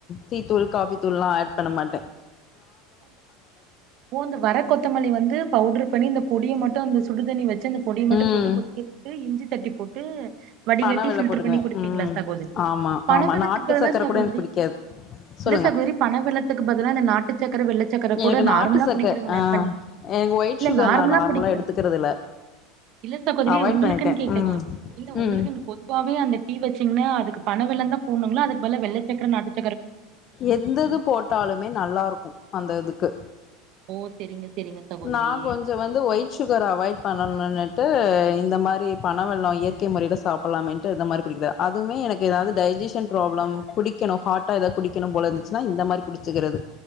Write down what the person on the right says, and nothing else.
இந்த வர கொத்தமல்லி வந்து பவுடரு பண்ணி இந்த பொடியை மட்டும் அந்த சுடுதண்ணி வச்சு வச்சு அந்த பொடியை மட்டும்
போட்டு கொதிக்க விட்டுட்டு இஞ்சி தட்டி போட்டு வடிகட்டி
பில்டர்
பண்ணி குடுப்பீங்களா
சகோதரி
பண
வெல்லத்துக்கு
பதில்லா
சகோதரி
இல்ல சகோதரி பண வெள்ளத்துக்கு பதிலாக இந்த நாட்டு சக்கர வெள்ளை சக்கர கூட
நார்மலா
குடிக்கிறவங்க
ஆட் பண்ணி
இல்ல
நார்மலா
குடிக்கிறேன்
இல்ல சகோதரி
உங்களுக்குன்னு
கேக்கல
இல்ல உங்களுக்குன்னு
பொதுவாவே அந்த டீ வச்சு பாத்தீங்னா அதுக்கு பண வெல்லம் தான் போணுங்களா அதுக்கு பதிலா வெள்ளை சக்கர நாட்டு சக்
ஓ செரிங்க செரிங்க சகோதரி